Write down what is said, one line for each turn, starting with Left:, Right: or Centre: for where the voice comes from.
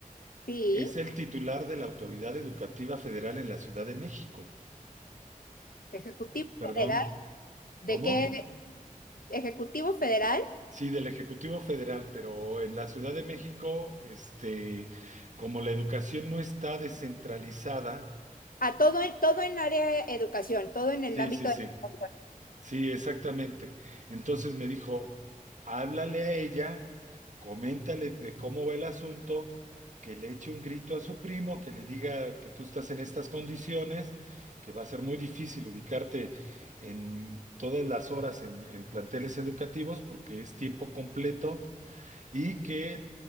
Left: Sí,
Right: es el titular de la Autoridad Educativa Federal en la Ciudad de México.
Left: ejecutivo
Right: Perdón,
Left: federal. de
Right: ¿cómo?
Left: que Ejecutivo Federal
Right: Sí, del Ejecutivo Federal, pero en la Ciudad de México, este, como la educación no está descentralizada,
Left: a todo, en- todo en área de educación, todo en
Right: sí,
Left: el ámbito
Right: sí, sí,
Left: de educación.
Right: sí, exactamente. Entonces me dijo, háblale a ella, coméntale de cómo va el asunto, que le eche un grito a su primo, que le diga que tú estás en estas condiciones, que va a ser muy difícil ubicarte en todas las horas en en planteles educativos porque es tiempo completo y que